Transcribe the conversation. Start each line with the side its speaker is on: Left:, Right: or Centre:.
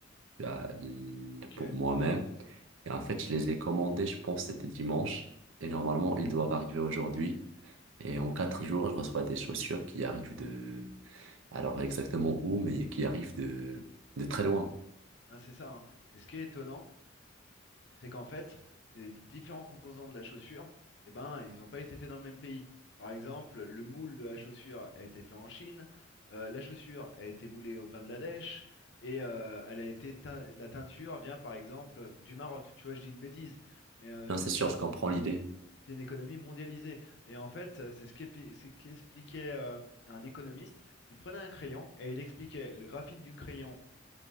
Right: là, l-
Left: Ok.
Right: pour moi-même. Et en fait, je les ai commandées, je pense, c'était dimanche. Et normalement, ils doivent arriver aujourd'hui. Et en quatre jours, je reçois des chaussures qui arrivent de... Alors exactement où, mais qui arrivent de, de très loin.
Left: Non, c'est ça. hein. Et ce qui est étonnant, c'est qu'en fait, ces différents composants de la chaussure, eh ben, ils n'ont pas été faits dans le même pays. Par exemple, le moule de la chaussure a été fait en Chine, euh, la chaussure a été moulée au Bangladesh, et euh, elle a été teint- de la teinture vient par exemple du Maroc. Tu vois, je dis une bêtise, mais euh,
Right: Non,
Left: c'est
Right: c'est sûr,
Left: ça.
Right: je comprends l'idée.
Left: C'est une économie mondialisée. Et en fait, euh, c'est ce qu'épi- c'est ce qu'expliquait euh, un économiste. Il prenait un crayon et il expliquait le graphite du crayon